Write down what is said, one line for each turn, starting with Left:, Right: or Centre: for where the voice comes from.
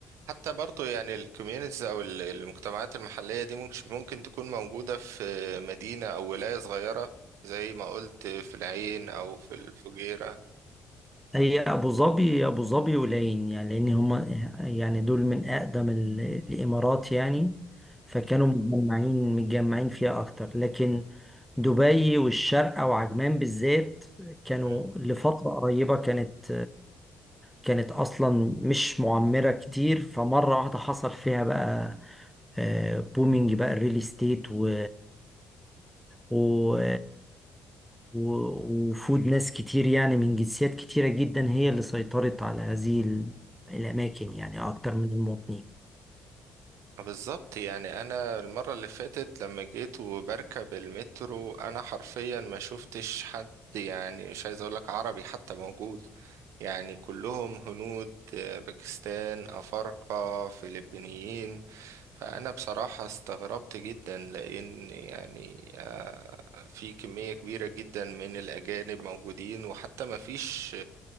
Right: حتى برضو يعني الكوميونيتيز او ال- المجتمعات المحلية دي ممكن ممكن تكون موجودة في مدينة او ولاية صغيرة زي ما قلت في العين او في الفجيرة
Centre: هي ابو ظبي هي ابو ظبي والعين يعني لان هما يعني دول من اقدم ال- الامارات يعني فكانوا متجمعين متجمعين فيها اكتر لكن دبي والشارقة وعجمان بالذات كانوا
Right: مم.
Centre: لفترة قريبة كانت كانت اصلا مش معمره كتير فمره واحده حصل فيها بقى آه، بومينج بقى الريل استيت و و و- وفود ناس كتير يعني من جنسيات كتيرة جدا هي اللي سيطرت على هذه ال- الأماكن يعني أكتر من المواطنين
Right: بالظبط يعني انا المرة اللي فاتت لما جيت وبركب المترو انا حرفيا ما شفتش حد يعني مش عايز اقولك عربي حتى موجود يعني كلهم هنود آه، باكستان افارقة فلبينيين فانا بصراحة استغربت جدا لان يعني آه، في كمية كبيرة جدا من الاجانب موجودين وحتى ما فيش